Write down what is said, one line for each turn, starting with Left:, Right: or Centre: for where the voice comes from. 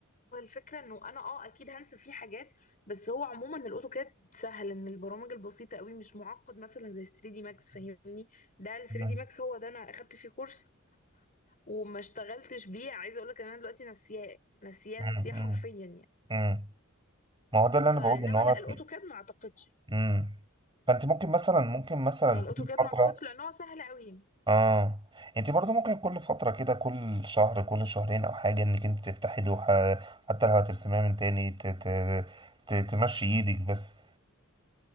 Left: هو الفكره انه انا اه اكيد هنسى فيه حاجات بس هو عموما الاوتوكاد سهل من البرامج البسيطه قوي مش معقد مثلا زي 3 دي ماكس فاهمني ده ال 3
Right: مم.
Left: دي ماكس هو ده انا اخدت فيه كورس وما اشتغلتش بيه عايزه اقول لك ان انا دلوقتي نسياه نسياه
Right: مم.
Left: نسياه
Right: مم.
Left: حرفيا يعني
Right: مم. ما هو ده اللي
Left: فانما
Right: انا بقوله ان هو
Left: لا
Right: في
Left: الاوتوكاد ما اعتقدش
Right: مم. فانت ممكن مثلا ممكن مثلا
Left: هو الاوتوكاد
Right: كل فتره
Left: ما اعتقدش لان هو سهل قوي
Right: اه انت برضو ممكن كل فتره كده كل شهر كل شهرين او حاجه انك انت تفتحي لوحه حتى لو هترسميها من تاني ت... ت... ت... تمشي ايدك بس